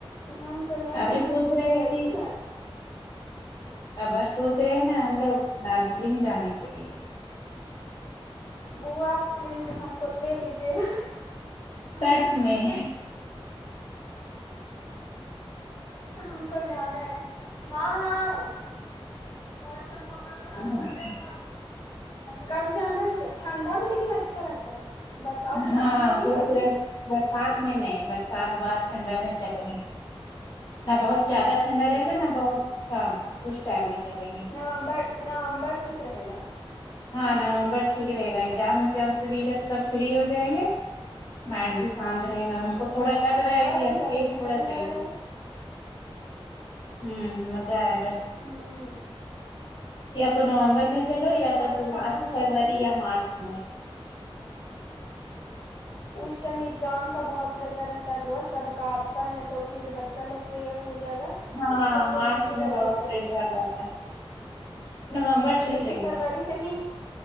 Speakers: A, on the left; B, on the left.
A: ہم تو نہیں
B: اورور
A: گئے
B: سونچ
A: ہیں
B: رہے
A: گئی
B: کی
A: تھی
B: کہ
A: نا
B: ابار سونچ رہے ہیں
A: ہوں
B: نا ہم لوگ دارجلنگ جانے کے لیے
A: بووا پلیز ہم کو لے لیجے گا ہم
B: سچ
A: کو جانا
B: میں
A: ہے ہم کو جانا ہے ہاں ہاں کر تے موٹر کر
B: ہاں
A: کب جانا ہے سر ٹھنڈا میں لیکن اچھا رہتا ہے برسات میں
B: ہاں
A: کہاں جائیے
B: سونچ
A: گا ابھی
B: رہے برسات میں نہیں برسات بعد ٹھنڈا میں چلے گے نہ بہت زیادہ
A: ہوں
B: ٹھنڈا رہے گا نہ بہت کم اس ٹائم میں چلیں گے
A: نومبر نومبر ٹھیک رہے گا
B: ہاں نومبر ٹھیک رہے گا ایگزام ایگزام سے بھی ادھر سب فری ہو جائیں گے مائنڈ بھی شانت رہے گا ہم کو تھوڑا لگ
A: اور
B: رہا
A: فرق
B: ہے کہ اسپیس
A: زیادہ ٹھنڈا
B: تھوڑا
A: بھی نہیں
B: چاہیے
A: رہتا ہے
B: ہوں مزہ آئے گا
A: ہوں
B: یا تو نومبر میں چلو یا
A: میں زیادہ
B: تو پھر
A: ٹھنڈا
B: لاسٹ
A: ہی نہیں
B: فروری
A: رہتا ہے
B: یا مارچ میں
A: اس ٹائم ایگزام کا بہت پریسر رہتا ہے بوا سب کا آپ کا نہیں تو پھر بچہ لوگ کے ہو جائے گا
B: ہاں
A: اس ٹائم تو
B: مارچ
A: بھول ہی جائیے
B: میں بہت
A: اب جائیے
B: پریشر
A: گا
B: رہتا ہے نومبر
A: اب
B: ٹھیک
A: ہی
B: رہے
A: فروری
B: گا
A: ہی